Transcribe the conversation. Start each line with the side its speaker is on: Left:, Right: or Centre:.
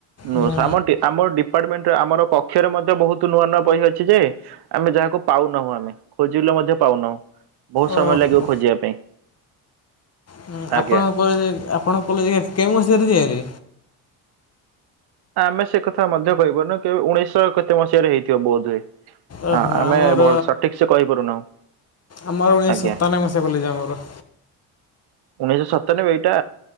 Right: ନୋଉ
Left: ହୁଁ
Right: ସ୍ ଆମର ଟିକେ ଆମର ଡି ଡିପମଣ୍ଟରେ ଆମର କକ୍ଷରେ ମଧ୍ୟ ବୋହୁତ ନୂଆ ନୂଆ ବହି ଅଛି ଯେ ଆମେ ଯାହାକୁ ପାଉନାହୁଁ ଆମେ ଖୋଜିଲୁ ମଧ୍ୟ ପାଉନାହୁଁ ବୋହୁତ
Left: ଓହୋ
Right: ସମୟ ଲାଗିବ ଖୋଜିବା ପାଇଁ।
Left: ଉଁ
Right: ଆଜ୍ଞା
Left: ଆପଣଙ୍କ କଲେଜେ ଆପଣଙ୍କ କଲେଜେ ଇଏ କେଉଁ ମସିହାରେ ତିଆରି?
Right: ଆମେ ସେ କଥା ମଧ୍ୟ କହିପାରୁନୁ କେବେ ଉଣେଇଶହ କେତେ ମସିହାରେ ହେଇଥିବ ବୋଧୁଏ।
Left: ଓହୋ
Right: ଆ ଆମେ
Left: ଆମର
Right: ଭଲ ସଠିକସେ କହିପାରୁନାହୁଁ।
Left: ଆମର ଉଣେଇଶ
Right: ଆଜ୍ଞା
Left: ସତାନବେ ମସିହା କଲେଜ ଆମର।
Right: ଉଣେଇଶ ସତାନବେ ଏଇଟା